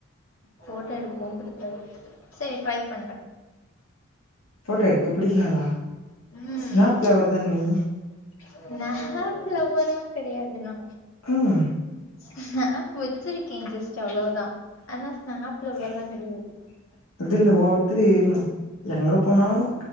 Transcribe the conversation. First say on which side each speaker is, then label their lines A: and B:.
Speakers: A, on the left; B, on the left.
A: ஃபோட்டோ எடுத்தோ புடிக்காது செரி ட்ரை பண்றே
B: ஃபோட்டோ எடுக்க பிடிகாதா
A: ம்
B: ஸ்னாப்லவ்வர் தான நீ
A: ஸ்னாப் லவ்வருல்லா கெடையாது நா
B: ம்
A: ஸ்னாப் வச்சுருக்கே ஜெஸ்ட் அவ்ளோவுதா ஆனா ஸ்னாப் லவ்வர்லா
B: <unintelligible>
A: கெடையாது
B: அது இல்ல ஒவ்வொருத்துரு ம்ங் எங்க போனாலு